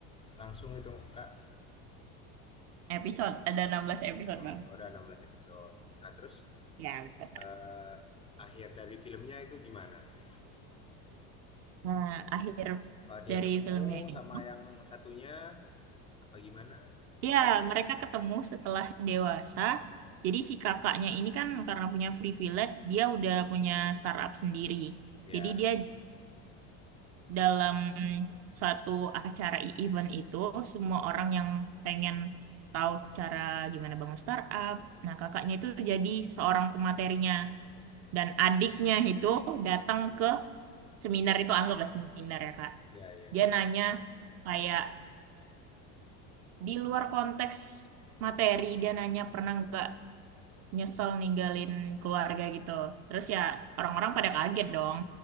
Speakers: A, on the left; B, on the right.
A: langsung gitu Kak?
B: Episode, ada enam belas episode
A: Oh,
B: bang.
A: udah 16 episode. Nah, terus
B: Ya, betul.
A: eh, akhir dari filmnya itu gimana, Kak?
B: Nah, akhir
A: Apa dia
B: dari
A: ketemu
B: filmnya itu,
A: sama yang satunya apa gimana?
B: ya mereka ketemu setelah dewasa. Jadi si kakaknya ini kan karena punya privilege, dia udah punya startup sendiri.
A: Ya,
B: Jadi dia dalam suatu acara event itu semua orang yang pengen tahu cara gimana bangun startup. Nah, kakaknya itu jadi seorang pematerinya dan adiknya itu datang ke seminar itu anggaplah seminar ya, Kak.
A: ya, ya.
B: Dia nanya kayak di luar konteks materi dia nanya pernah nggak nyesel ninggalin keluarga gitu. Terus ya orang-orang pada kaget dong.